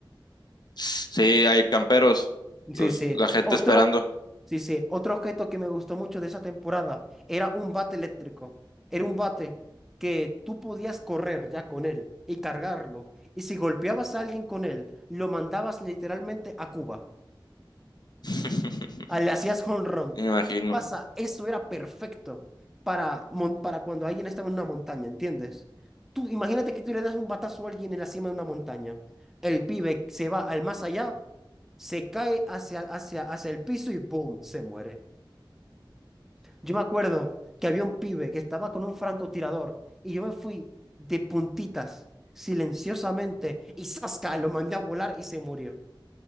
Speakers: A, on the left; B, in the centre.
A: Sí, hay camperos, los,
B: Sí, sí.
A: la gente
B: Otro,
A: esperando.
B: sí, sí. Otro objeto que me gustó mucho de esa temporada era un bate eléctrico. Era un bate que tú podías correr ya con él y cargarlo. Y si golpeabas a alguien con él, lo mandabas literalmente a Cuba.
A: <laughs>
B: Ah, Le hacías home run.
A: Me imagino,
B: ¿Qué pasa? Eso era perfecto para, mon- para cuando alguien estaba en una montaña, ¿entiendes? Tú imagínate que tú le das un batazo a alguien en la cima de una montaña. El pibe se va al más allá, se cae hacia, hacia, hacia el piso y ¡boom! se muere. Yo me acuerdo que había un pibe que estaba con un francotirador y yo me fui de puntitas, silenciosamente, y ¡zasca! Lo mandé a volar y se murió.